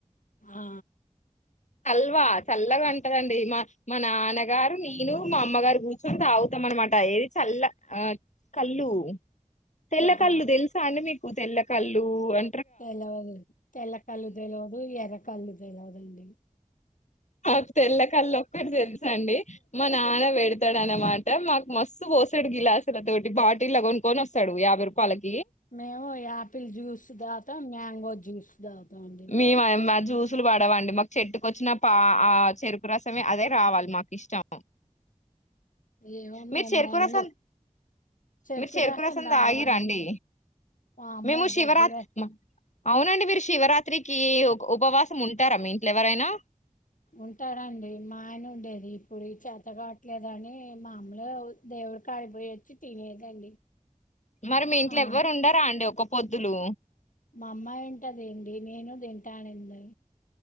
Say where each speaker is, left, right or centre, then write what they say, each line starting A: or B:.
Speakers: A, on the left; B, on the left.
A: ఆ
B: చల్లవా చల్లగా అంటదండి మా మా నాన్నగారు నేను మా అమ్మగారు కూర్చొని తాగుతాం అనమాట ఏది చల్ల ఆ కల్ళు తెలకల్లు
A: ఆహా
B: తెలుసా అండి మీకు తెలకల్లు అ
A: తెలవదు తెల్ల తెలకల్లు తెలివదు ఎర్రకల్లు తెలదుండి
B: ఆ తెల్ల కళ్ళు ఒక్కటి తెలుసండి మా నాన్న పెడి వస్తాడు అనమాట మాకు మస్తు పోసాడు గిలాసులు అతోటి బాటి లా కొనుక్కొని వస్తాడు యాభై రూపాయలకి
A: మేము యాపిల్ జ్యూస్ దాతాం మ్యాంగో జ్యూస్ దాగుతాం అండి
B: మేము ఆ- మా జ్యూసులు పడవండి మాకు చెట్టుకొచ్చిన పా ఆ చెరుకు రసమే అదే రావాలి మాకు ఇష్టం
A: ఏమో
B: మీరు
A: మేము
B: చెరుకుూరుసలు
A: మ్యాంగో చెరుకు
B: మీరు చెరుకురసంద
A: రసం తాగమండి
B: ఆగిరాండి
A: వామ్మో
B: మేము శివరాత్రి
A: దగ్గులే
B: అవునండి మీరు శివరాత్రికి ఉపవాసం ఉంటారా మీ ఇంట్లో ఎవరైనా
A: ఉంటారండి మాయన ఉండేది ఇప్పుడు ఈ చేతగాట్లు లేదని మామూలు దేవుడి కాడిపోయ వచ్చి తినేదండి
B: మరి మీ ఇంట్లో
A: ఆ
B: ఎవ్వరు ఉండారా అండి ఒక పొద్దులు
A: మా అమ్మాయి ఉంటద ఏంటి నేను తింటానుంది